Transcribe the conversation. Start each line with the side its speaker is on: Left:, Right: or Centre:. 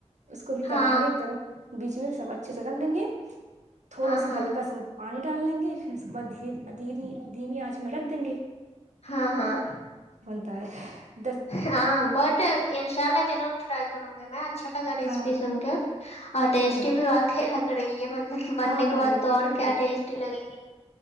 Right: اس کو بھی
Left: ہاں
Right: کریں میں ایک طرف بیچ میں سب اچھے سے رکھ دیں گے تھوڑا
Left: ہاں
Right: سا
Left: ہاں
Right: ہلکا سا پانی ڈال لیں گے پھر اس کے بعدھیر دھیے دھیمی آنچ میں رکھ دیں گے
Left: ہاں ہاں
Right: تو
Left: ہاں بٹ انشاء اللہ ضرور ٹائی کروں گ میں اچھا لگا
Right: ہے
Left: رسیپ
Right: ہاں
Left: سن کے اور ٹیسٹی
Right: ہاں
Left: بھی وقی لگتا کر گے مطلب کہ بننے
Right: ہاں
Left: کے بعد
Right: یہ
Left: تو
Right: ٹیسٹی
Left: اور کیا ٹیسٹ لگے گی